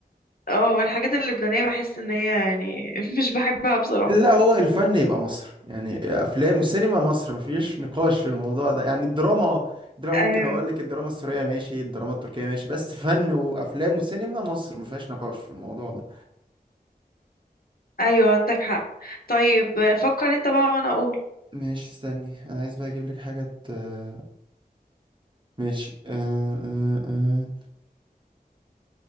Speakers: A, on the left (about 65°); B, on the right (about 30°).
A: اه الحاجات اللبنانيه بحس ان هي يعني <laughs> مش بحبها بصراحه
B: لا هو الفن يبقى مصر يعني افلام وسينما مصر مفيش نقاش في الموضوع ده يعني الدراما آه، الدراما
A: ايوه
B: ممكن اقول لك الدراما السورية ماشي الدراما التركية ماشي بس فن وافلام وسينما مصر مفيهاش نقاش في الموضوع ده
A: ايوه عندك حق طيب فكر انت بقى وانا اقول
B: ماشي استني انا عايز بقى اجيب لك حاجة آه، ماشي آه، آه، آه،